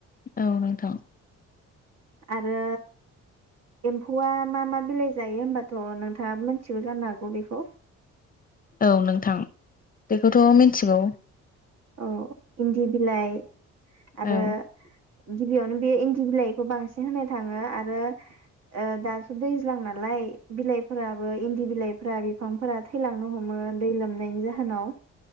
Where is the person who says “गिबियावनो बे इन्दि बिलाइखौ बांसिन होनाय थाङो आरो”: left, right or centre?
Right